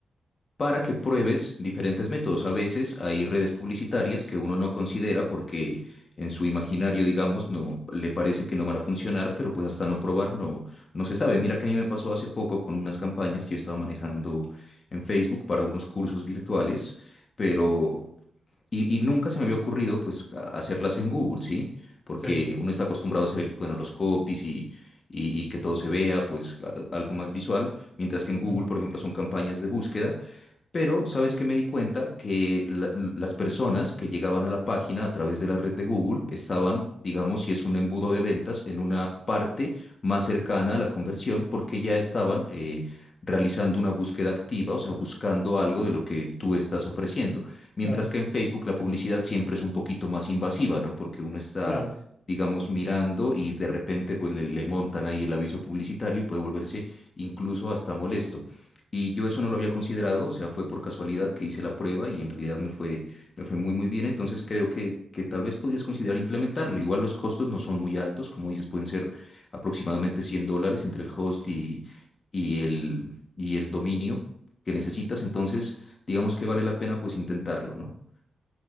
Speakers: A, on the left; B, on the left.
A: para que pruebes diferentes métodos. A veces hay redes publicitarias que uno no considera porque en su imaginario, digamos, no le parece que no van a funcionar, pero pues hasta no probar no, no se sabe. Mira que a mí me pasó hace poco con unas campañas que yo estaba manejando en Facebook para unos cursos virtuales, pero y, y nunca se me había ocurrido pues a- hacerlas en Google, ¿sí? Porque
B: Sí,
A: uno está acostumbrado a hacer, el- bueno, los copies y, y- y que todo se vea, pues a- algo más visual, mientras que en Google,
B: claro,
A: por ejemplo, son campañas de búsqueda. Pero, ¿sabes qué me di cuenta? Que la- las personas que llegaban a la página a través de la red de Google estaban, digamos, si es un embudo de ventas, en una parte más cercana a la conversión porque ya estaban eh, realizando una búsqueda activa, o sea, buscando algo de lo que tú estás ofreciendo. Mientras
B: claro,
A: que en Facebook la publicidad siempre es un poquito más invasiva, ¿no? Porque uno está,
B: claro.
A: digamos, mirando y de repente pues le, le montan ahí el aviso publicitario y puede volverse incluso hasta molesto. Y yo eso no lo había considerado, o sea, fue por casualidad que hice la prueba y en realidad me fue, me fue muy, muy bien. Entonces creo que, que tal vez podrías considerar implementarlo. Igual los costos no son muy altos, como dices, pueden ser aproximadamente 100 dólares entre el host y, y el, y el dominio que necesitas. Entonces, digamos que vale la pena pues intentarlo, ¿no?